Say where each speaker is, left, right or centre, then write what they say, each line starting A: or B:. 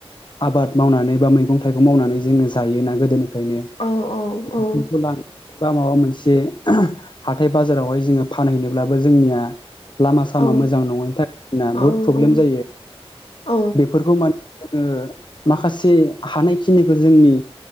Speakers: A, on the left; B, on the left.
A: आबाद मावनानै बा मैगं थाइगं मावनानै जोङो जायोना गोदोनि फ्रायनो
B: औ औ औ
A: लां बा माबा मोनसे जे हाथाय बाजारावहाय जोङो फानहैनोब्लाबो जोंनिया। लामा सामा
B: औ
A: मोजां नङैनि थाखायना
B: औ
A: बुहुद प्रब्लेम
B: औ
A: जायो
B: औ
A: बेफोरखौ माने जोङो माखासे हानायखिनिखौ जोंनि